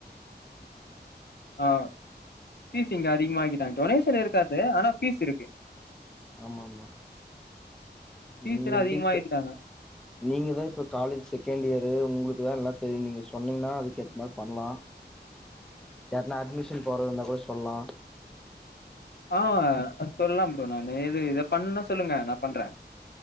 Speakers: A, on the left; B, in the centre.
A: ஆஹ் ஃபீஸ் இங்க அதிகமாக்கிட்டாங்க டொனேஷ் இருக்காது ஆனா ப்பீஸ் இருக்கு
B: ஆமாமா
A: ஃபீஸ்
B: நீங்க
A: எல்லா
B: எப்படி
A: அதிகமா ஏத்திட்டாங்க
B: நீங்கதா இப்ப காலேஜ் செகண்ட் இயரு உங்களுக்குதா எல்லாத் தெரியு நீங்க சொன்னீங்கன்னா அதுக்குேத்த மாரி பண்ணலா யார்னா அட்மிஷன் போடுறதா இருந்தா கூட சொல்லா
A: ஆஹ் சொல்லாம் ப்ரோ நான் எது இத பண்னா சொல்லுங்க நா பண்ற